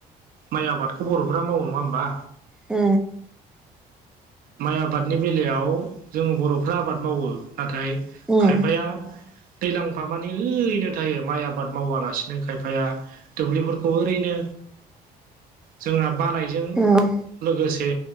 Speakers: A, on the right; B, in the centre.
A: माइ आबादखौ बर'फ्रा मावो नङा होमबा
B: ओ
A: माइ आबादनि बेलायाव जों बर'फ्रा आबाद मावो नाथाय
B: उम
A: खायफाया दैलांफा मानि ओरैनो थायो माइ आबाद मावालासिनो खायफाया दुब्लिफोरखौ ओरैनो जोंहा बानाय जों
B: नंगौ
A: लोगोसे